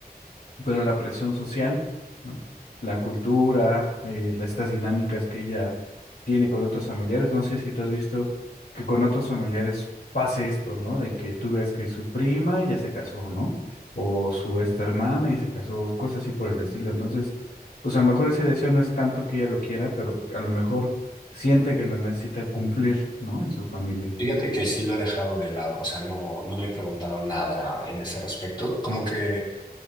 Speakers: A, on the left (about 70°); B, on the left (about 30°).
A: pero la presión social, ¿no? La cultura, eh, la- estas dinámicas que ella tiene con otros familiares, no sé si tú has visto que con otros familiares pase esto, ¿no? De que tú veas que su prima ya se casó, ¿no? O su esta hermana y se casó, cosas así por el estilo. Entonces, pues a lo mejor ese deseo no es tanto que ella lo quiera, pero a lo mejor siente que lo necesita cumplir, ¿no? En su familia.
B: Fíjate que sí lo he dejado de lado, o sea, no, no le he preguntado nada en ese respecto. Como que